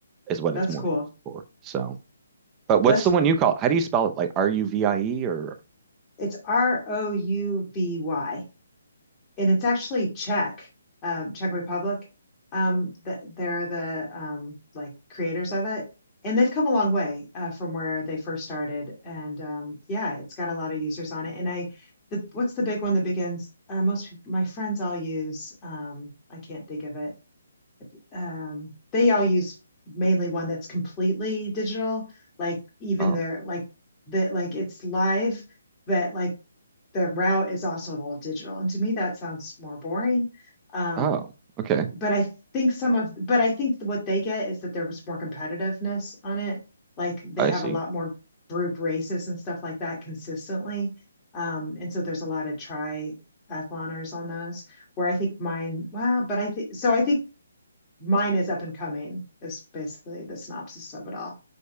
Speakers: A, on the right; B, on the left.
A: is what
B: that's
A: it's more
B: cool.
A: used for. So, but what's
B: That's
A: the one you call? How do you spell it? Like R U V I E or?
B: it's R O U V Y, and it's actually Czech, um, Czech Republic. Um, th they're the um, like creators of it, and they've come a long way uh, from where they first started. And um, yeah, it's got a lot of users on it. And I, the, what's the big one that begins? Uh, most peop- my friends all use. Um, I can't think of it. um, they all use mainly one that's completely digital, like even
A: Oh,
B: their like that like it's live, but like the route is also all digital. And to me, that sounds more boring. Um,
A: oh, okay.
B: but I think some of, but I think what they get is that there was more competitiveness on it. Like they
A: I
B: have
A: see.
B: a lot more group races and stuff like that consistently. Um, and so there's a lot of triathloners on those where I think mine, well, but I think, so I think mine is up and coming is basically the synopsis of it all.